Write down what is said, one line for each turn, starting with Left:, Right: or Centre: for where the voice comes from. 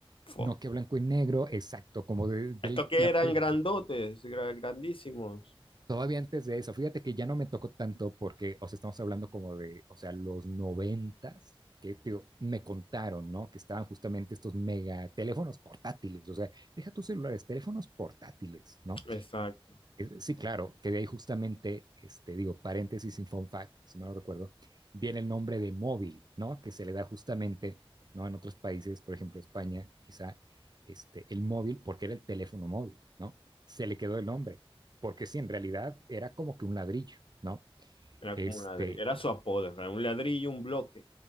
Left: Fua.
Right: Nokia blanco y negro, exacto, como de, de
Left: Estos que
Right: la,
Left: eran
Right: pri-
Left: grandotes, gra- grandísimos.
Right: Todavía antes de eso, fíjate que ya no me tocó tanto porque, o sea, estamos hablando como de, o sea, los noventas, que digo, me contaron, ¿no? Que estaban justamente estos mega teléfonos portátiles, o sea, deja tus celulares, teléfonos portátiles, ¿no?
Left: Exacto.
Right: Sí, claro, que de ahí justamente, este, digo, paréntesis sin fun fact, si no lo recuerdo, viene el nombre de móvil, ¿no? Que se le da justamente, ¿no? En otros países, por ejemplo, España, quizá, este, el móvil, porque era el teléfono móvil, ¿no? Se le quedó el nombre, porque sí, en realidad era como que un ladrillo, ¿no?
Left: Era
Right: Este,
Left: como un ladrillo. Era su apodo, era un ladrillo, un bloque.